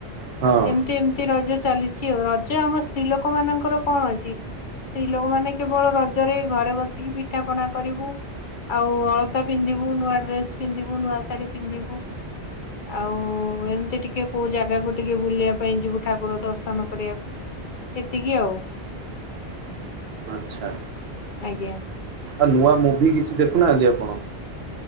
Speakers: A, on the right; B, on the left.
A: ହଁ
B: ଏମିତି ଏମିତି ରଜ ଚାଲିଛି ଆଉ ରଜ ଆମ ସ୍ତ୍ରୀ ଲୋକ ମାନଙ୍କର କଣ ଅଛି ସ୍ତ୍ରୀ ଲୋକ ମାନ କେବଳ ରଜରେ ଘରେ ବସିକି ପିଠା ପଣା କରିବୁ ଆଉ ଅଳତା ପିନ୍ଧିବୁ ନୂଆ ଡ୍ରେସ୍ ପିନ୍ଧିବୁ ନୂଆ ଶାଢୀ ପିନ୍ଧିବୁ ଆଉ ଏମିତି ଟିକେ କୋଉ ଜାଗାକୁ ଟିକେ ବୁଲିବା ପାଇଁ ଯିବୁ ଠାକୁର ଦର୍ଶନ କରିବାକୁ ଏତିକି ଆଉ।
A: ଆଚ୍ଛା।
B: ଆଜ୍ଞା।
A: ଆଉ ନୂଆ ମୁଭି କିଛି ଦେଖୁନାହାନ୍ତି ଆପଣ।